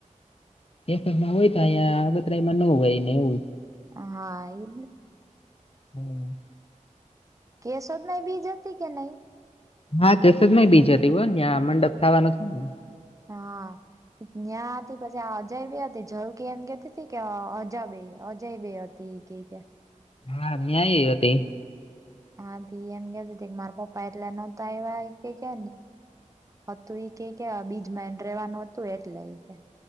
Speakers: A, on the left; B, on the right.
A: કેમાં હોય અ આગતરામાં ન હોયને એવું.
B: હા એ
A: હમ.
B: કેસોદ ન બીજ હતી કે નહી.
A: હા કેસદ ય બીજા હતી હોય ને્યાં મંડપ થવાનો છે ને.
B: હા. ત્યાં હતી પછી આ અજયબી હતી જલકી એમ કેતી હતી કે અજયબે અજયબે હતી. તે ઇ ગ કે.
A: હા ન્યાય એ હતી.
B: <unintelligible> એમ ગતી માર પપ એટલે ન તો એ કે કે હતું કે કે બીજમાંન રેવાનું હતું એટલે કે